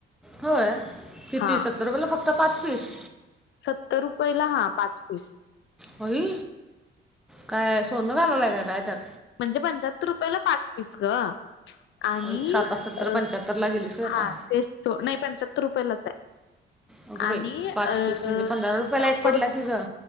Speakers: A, in the centre; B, on the left.
A: होय किती
B: हां,
A: सत्तर रुपयेला फक्त पाच पीस
B: सत्तर रुपयेला हा पाच पीस.
A: होई काय सोन घालवलाय का काय त्यात
B: म्हणजे पंच्याहत्तर रुपयाला पाच पिस ग आणि
A: होय सात सत्तर
B: अ
A: पंच्याहत्तरला गेलीस होय आता
B: हा तेचं तो नाय पंच्याहत्तर रुपयालाच हाय.
A: अगं बाई
B: आणि
A: पाच
B: अ
A: पीस म्हणजे पंधरा रुपयाला
B: शंभर
A: एक पडला की ग